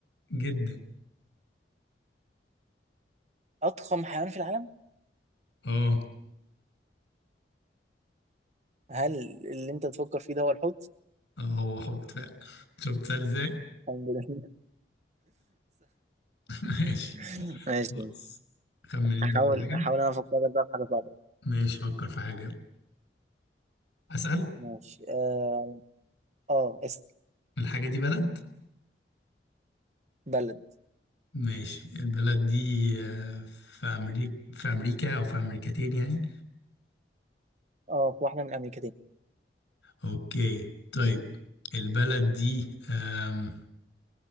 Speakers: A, on the left (about 85°); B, on the right (about 40°).
A: جدا
B: اضخم حيوان في العالم
A: اه
B: هل اللي انت تفكر فيه ده هو الحوت؟
A: اه هو حوت فعلا شفت سهل ازاي
B: الحمد لله
A: <laughs> ماشي
B: <laughs> ماشي
A: بص خمن انت
B: احاول
A: كده حاجه
B: احاول انا افكرك بقى في حاجه صعبه
A: ماشي فكر في حاجه اسال
B: ماشي اه, آه اسم
A: الحاجه دي بلد
B: بلد
A: ماشي البلد دي آه، في امريكا في امريكا او في امريكتين يعني
B: اه في واحده من الامريكتين
A: اوكي طيب البلد دي آم،